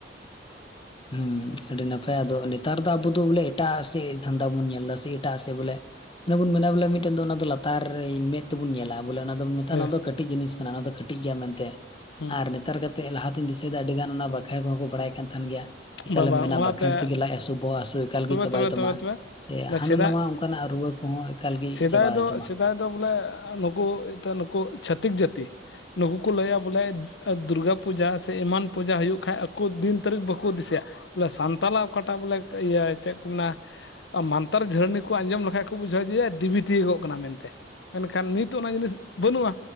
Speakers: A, on the left; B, on the left.
A: ᱦᱮᱸ ᱟᱹᱰᱤ ᱱᱟᱯᱟᱭ ᱟᱫᱚ ᱱᱮᱛᱟᱨ ᱫᱚ ᱟᱵᱚ ᱫᱚ ᱵᱚᱞᱮ ᱮᱴᱟᱜ ᱥᱮ ᱫᱷᱱᱫᱟ ᱵᱚᱱ ᱧᱮᱞ ᱮᱫᱟ ᱥᱮ ᱮᱴᱟᱜ ᱥᱮᱫ ᱵᱚᱞᱮ ᱚᱱᱟ ᱵᱚᱱ ᱢᱮᱱᱟ ᱵᱚᱞᱮ ᱢᱤᱫᱴᱮᱱ ᱫᱚ ᱚᱱᱟ ᱫᱚ ᱞᱟᱛᱟᱨ ᱨᱮ ᱢᱮᱫ ᱛᱮᱵᱚᱱ ᱧᱮᱞᱟ᱾ ᱵᱚᱠᱮ ᱚᱱᱟ ᱫᱚ ᱢᱮᱛᱟᱜ
B: ᱦᱮᱸ
A: ᱚᱱᱟ ᱫᱚ ᱠᱟᱹᱴᱤᱡ ᱡᱤᱱᱤᱥ ᱠᱟᱱᱟ ᱚᱱᱟ ᱫᱚ ᱠᱟᱹᱴᱤᱡ ᱜᱮᱭᱟ ᱢᱮᱱᱛᱮ
B: ᱦᱮᱸ
A: ᱟᱨ ᱱᱮᱛᱟᱨ ᱠᱟᱛᱮᱜ ᱞᱟᱦᱟᱛᱮᱧ ᱫᱤᱥᱟᱹᱭᱮᱫᱟ ᱟᱹᱰᱤ ᱜᱟᱱ ᱚᱱᱟ ᱵᱟᱠᱷᱮᱬ ᱠᱚ ᱦᱚᱸ ᱠᱚ ᱵᱟᱲᱟᱭ ᱠᱟᱱ ᱛᱟᱦᱮᱸᱱ ᱜᱮᱭᱟ ᱮᱠᱟᱞᱮᱢ
B: ᱵᱟᱝ ᱵᱟᱝ
A: ᱢᱮᱱᱟ
B: ᱚᱱᱟᱛᱮ
A: ᱵᱟᱠᱷᱮᱬ ᱛᱮᱜᱮ ᱞᱟᱡ ᱦᱟᱥᱩ ᱵᱚᱦᱚᱜ ᱦᱟᱥᱩ ᱮᱠᱟᱞ
B: ᱛᱚᱵᱮ
A: ᱜᱮ ᱪᱟᱵᱟᱭ
B: ᱛᱚᱵᱮ
A: ᱛᱟᱢᱟ
B: ᱛᱚᱵᱮ ᱛᱚᱵᱮ
A: ᱥᱮ
B: ᱱᱟᱥᱮᱱᱟᱜ
A: ᱦᱟᱱᱟ ᱱᱷᱟᱣᱟ ᱚᱱᱠᱟᱱᱟᱜ ᱨᱩᱣᱟᱹ ᱠᱚᱦᱚᱸ ᱮᱠᱟᱞ ᱜᱮ
B: ᱥᱮᱫᱟᱭ
A: ᱪᱟᱵᱟᱭ
B: ᱫᱚ
A: ᱛᱟᱢᱟ
B: ᱥᱮᱫᱟᱭ ᱵᱚᱞᱮ ᱱᱩᱠᱩ ᱮᱱᱛᱮᱫ ᱱᱩᱠᱩ ᱪᱷᱟᱹᱛᱤᱠ ᱡᱟᱹᱛᱤ ᱱᱩᱠᱩ ᱠᱚ ᱞᱟᱹᱭᱟ ᱵᱚᱞᱮ ᱫᱩᱨᱜᱟ ᱯᱩᱡᱟ ᱥᱮ ᱮᱢᱟᱱ ᱯᱩᱡᱟ ᱦᱳᱭᱚᱜ ᱠᱷᱟᱡ ᱟᱠᱚ ᱫᱤᱱ ᱛᱟᱹᱨᱤᱠᱷ ᱵᱟᱠᱚ ᱫᱤᱥᱟᱹᱭᱟ ᱵᱚᱞᱮ ᱥᱟᱱᱛᱟᱞᱟᱜ ᱚᱠᱟᱴᱟᱜ ᱵᱚᱞᱮ ᱤᱭᱟᱹ ᱪᱮᱫ ᱠᱚ ᱢᱮᱱᱟ ᱢᱟᱱᱛᱟᱨ ᱡᱷᱟᱹᱨᱱᱤ ᱠᱚ ᱟᱸᱡᱚᱢ ᱞᱮᱠᱷᱟᱡ ᱠᱚ ᱵᱩᱡᱷᱟᱹᱣᱟ ᱡᱮ ᱫᱮᱵᱤ ᱛᱤᱭᱚᱜᱚᱜ ᱠᱟᱱᱟ ᱢᱮᱱᱛᱮ ᱢᱮᱱᱠᱷᱟᱱ ᱱᱤᱛ ᱚᱱᱟ ᱡᱤᱱᱤᱥ ᱵᱟᱹᱱᱩᱜᱼᱟ